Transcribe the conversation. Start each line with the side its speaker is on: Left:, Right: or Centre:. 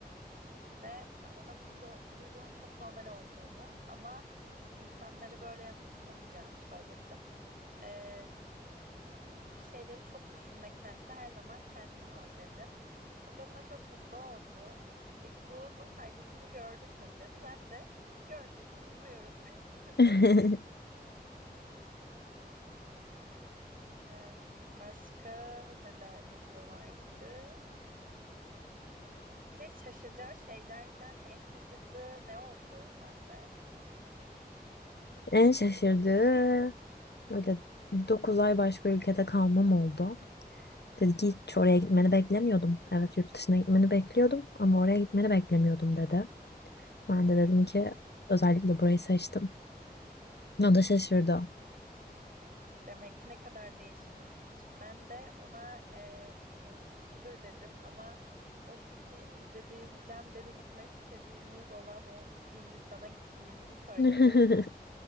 Right: Ve e, ona bunu da, bu duygunun çok normal olduğunu ama insanları böyle yanında tutamayacağını söyledim. Ee, bir şeyleri çok düşünmektense her zaman kendin ol dedim. O da buna çok mutlu oldu. Peki bunun faydasını gördün mü dedi. Ben de gördüğümü umuyorum <laughs> dedim.
Left: <laughs>
Right: Em, başka ne de ne diyorlardı? Bir de şaşıracağı şeylerden en şaşırdığı ne oldu sende?
Left: En şaşırdığı böyle 9 ay başka ülkede kalmam oldu. Dedi ki hiç oraya gitmeni beklemiyordum. Evet yurt dışına gitmeni bekliyordum ama oraya gitmeni beklemiyordum dedi. Ben de dedim
Right: Hmm,
Left: ki özellikle burayı seçtim. O da şaşırdı.
Right: Demek ki ne kadar değişmiş. Ben de ona e, e, Skıdır dedim ama o filmi izlediğimizden beri gitmek istediğimiz olan o Hindistan'a gittiğimizi söyledim
Left: <laughs>